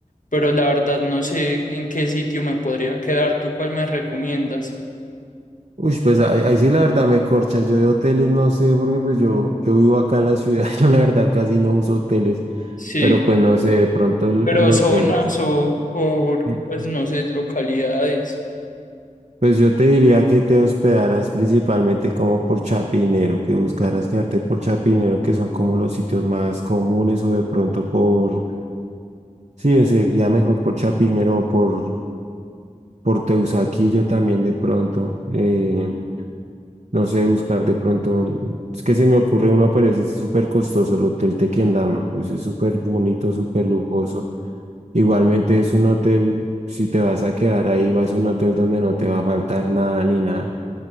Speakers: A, on the left; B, on the right.
A: pero la verdad no sé en qué sitio me podría quedar. ¿Tú cuál me recomiendas?
B: Uy, pues ahí, ahí sí la verdad me corchas. Yo de hoteles no sé, porque pues yo, yo vivo acá en la ciudad, <laughs> yo la verdad casi no uso hoteles,
A: Sí,
B: pero pues no sé, de pronto el,
A: pero
B: el hotel.
A: zonas o, o
B: Mm.
A: pues no sé, localidades.
B: Pues yo te diría que te hospedaras principalmente como por Chapinero, que buscaras quedarte por Chapinero, que son como los sitios más comunes, o de pronto por, sí, sería mejor por Chapinero o por, por Teusaquillo también de pronto. Eh, No sé, buscar de pronto. el- Es que se me ocurre uno, pero ese es súper costoso, el Hotel Tequendama. Pues es súper bonito, súper lujoso. Igualmente es un hotel, si te vas a quedar ahí, vas a un hotel donde no te va a faltar nada ni nada.